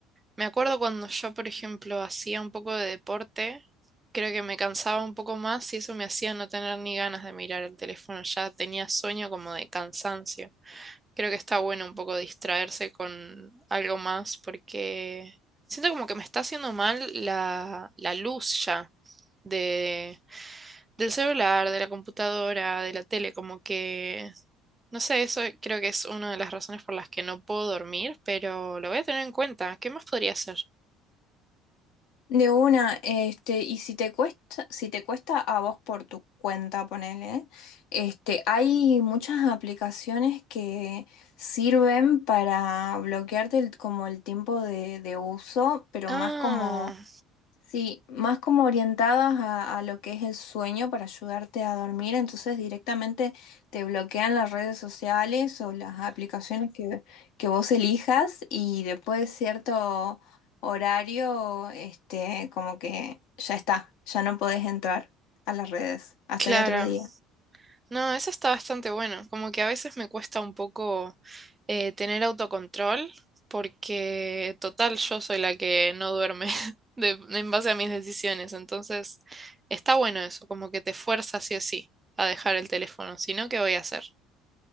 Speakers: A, on the right (about 20°); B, on the left (about 55°).
A: me acuerdo cuando yo, por ejemplo, hacía un poco de deporte, creo que me cansaba un poco más y eso me hacía no tener ni ganas de mirar el teléfono, ya tenía sueño como de cansancio. Creo que está bueno un poco distraerse con algo más porque siento como que me está haciendo mal la, la luz ya de, del celular, de la computadora, de la tele, como que, no sé, eso creo que es una de las razones por las que no puedo dormir, pero lo voy a tener en cuenta. ¿Qué más podría hacer?
B: De una, este, y si te cuesta, si te cuesta a vos por tu cuenta, ponele, este, hay muchas aplicaciones que sirven para bloquearte el- como el tiempo de, de uso, pero
A: Ah,
B: más como Sí, más como orientadas a, a lo que es el sueño para ayudarte a dormir, entonces directamente te bloquean las redes sociales o las aplicaciones que, que vos elijas y después de cierto horario, este, como que ya está, ya no podés entrar a las redes hasta
A: claro.
B: el otro día.
A: No, eso está bastante bueno. Como que a veces me cuesta un poco eh, tener autocontrol porque total yo soy la que no duerme <laughs> de- en base a mis decisiones. Entonces, está bueno eso, como que te fuerza sí o sí a dejar el teléfono. Si no, ¿qué voy a hacer?